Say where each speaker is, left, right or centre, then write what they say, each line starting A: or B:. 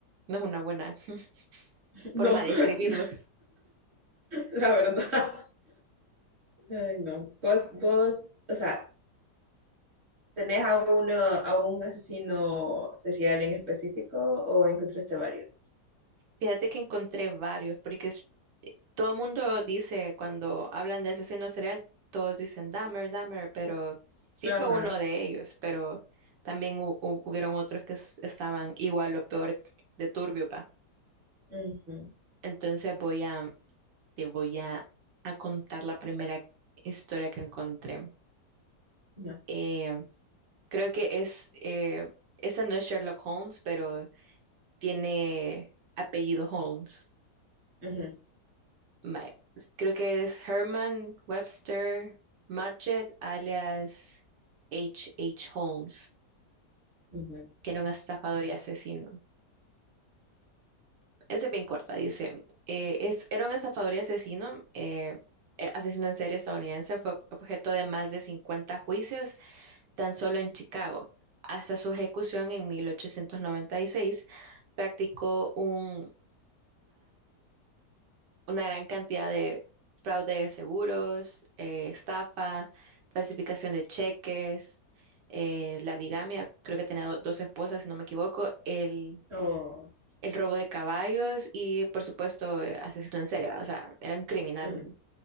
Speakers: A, on the right (about 80°); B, on the right (about 40°).
A: no es una buena <laughs>
B: No,
A: forma de
B: <laughs>
A: describirlos.
B: la verdad. Ay, no. Vos, vos, o sea, ¿tenés a uno, a un asesino serial en específico o encontraste varios?
A: Fíjate que encontré varios, porque es- Todo el mundo dice, cuando hablan de asesino serial, todos dicen Dahmer, Dahmer, pero sí
B: Ajá.
A: fue uno de ellos, pero también hu- hu- hubieron otros que es- estaban igual o peor de turbio, pa.
B: ujú,
A: Entonces voy a, te voy a, a contar la primera historia que encontré.
B: No.
A: Eh, creo que es, eh, esta no es Sherlock Holmes, pero tiene apellido Holmes.
B: ujú,
A: Vale, creo que es Herman Webster Mudgett, alias H. H. Holmes,
B: ujú.
A: que era un estafador y asesino. Esa es bien corta, dice. eh, es, era un estafador y asesino, eh, eh, asesino en serie estadounidense, fue objeto de más de 50 juicios tan solo en Chicago. Hasta su ejecución en 1896 practicó un una gran cantidad de fraude de seguros, eh, estafa, falsificación de cheques, eh, la bigamia, creo que tenía do- dos esposas, si no me equivoco, el,
B: Oh,
A: el robo de caballos y, por supuesto, eh, asesino en serie, ¿va? o sea, era un criminal.
B: ujú.